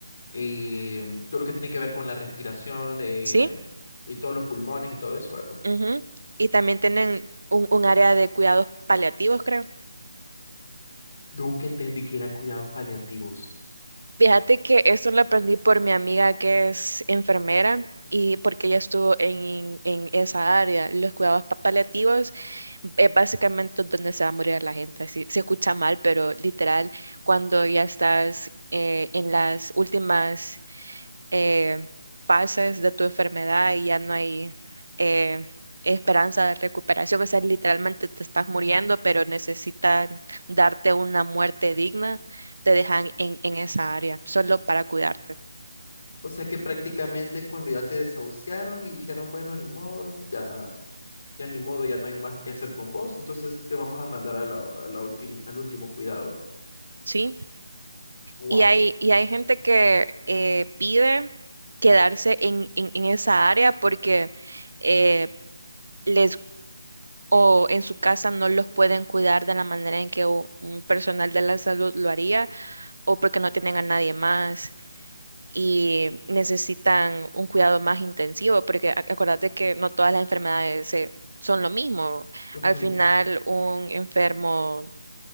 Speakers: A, on the left; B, on the right.
A: eh, todo lo que tiene que ver con la respiración eh,
B: Sí,
A: y todos los pulmones y todo eso, ¿verdad?
B: ujú. Y también tienen un, un área de cuidados paliativos, creo.
A: Nunca entendí que era cuidados paliativos.
B: Fíjate que eso lo aprendí por mi amiga que es enfermera y porque ella estuvo en, en esa área. Los cuidados pa- paliativos es básicamente donde se va a morir la gente. Así, se escucha mal, pero literal, cuando ya estás eh, en las últimas eh, fases de tu enfermedad y ya no hay eh, esperanza de recuperación. O sea, literalmente te estás muriendo, pero necesitan darte una muerte digna, te dejan en, en esa área, solo para cuidarte,
A: O sea que prácticamente es cuando ya te desahuciaron y dijeron, bueno, ni modo, ya, ya ni modo, ya no hay más que hacer con vos, entonces te vamos a mandar a la, a la última- al último cuidado.
B: ¿sí?
A: Wow.
B: Y hay, y hay gente que eh, pide quedarse en, en, en esa área porque eh, les... o en su casa no los pueden cuidar de la manera en que u- un personal de la salud lo haría, o porque no tienen a nadie más. y necesitan un cuidado más intensivo, porque ac- acuérdate que no todas las enfermedades eh, son lo mismo.
A: Ujú,
B: Al final, un enfermo